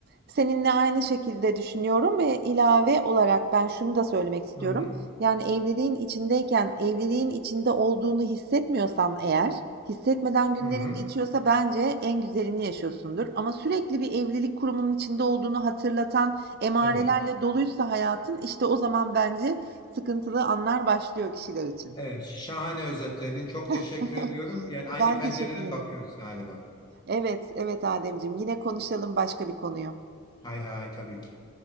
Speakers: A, on the right; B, on the left.
A: seninle aynı şekilde düşünüyorum ve ilave olarak ben şunu da söylemek istiyorum.
B: Hı hı,
A: Yani, evliliğin içindeyken, evliliğin içinde olduğunu hissetmiyorsan eğer, hissetmeden günlerin
B: hı hı.
A: geçiyorsa bence en güzelini yaşıyorsundur. Ama sürekli bir evlilik kurumunun içinde olduğunu hatırlatan emarelerle
B: Evet.
A: doluysa hayatın, işte o zaman bence sıkıntılı anlar başlıyor kişiler için.
B: Evet, şahane özetledin. Çok teşekkür
A: <laughs>
B: ediyorum. Yani aynı
A: Ben
B: pencereden
A: teşekkür ederim.
B: bakıyoruz galiba.
A: Evet, evet Ademciğim, yine konuşalım başka bir konuyu.
B: Hay hay tabii ki.